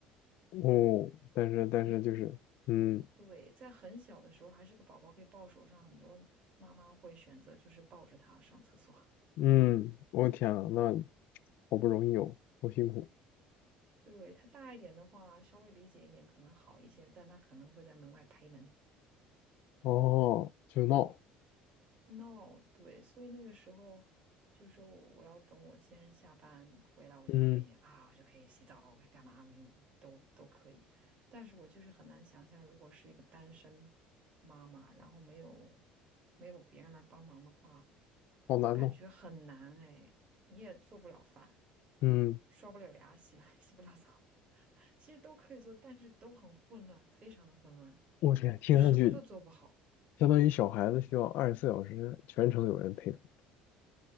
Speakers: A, on the left; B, on the right.
A: 哦，但是但是就是，
B: 你。
A: 嗯
B: 对，在很小的时候还是个宝宝可以抱手上，很多妈妈会选择就是抱着他上厕所。
A: 嗯，我天呐，那好不容易有，好辛苦
B: <laughs> 对，他大一点的话，稍微理解一点可能好一些，但他可能会在门外拍门。
A: 哦，就闹，
B: No，对，所以那个时候就说我要等我先生下班回来，我就可以啊，
A: 嗯，
B: 我就可以洗澡，我可以干嘛，我可以都都可以。但是我就是很难想象，如果是一个单身妈妈，然后没有没有别人来帮忙的话，
A: 好难弄，
B: 我感觉很难哎，你也做不了饭，
A: 嗯，
B: 刷不了牙，洗 <laughs> 了洗不了澡，<laughs> 其实都可以做，但是都很混乱，非常的混乱，
A: 我天，听上去
B: 就什么都做不好。
A: 相当于小孩子需要二十四小时全程有人陪同，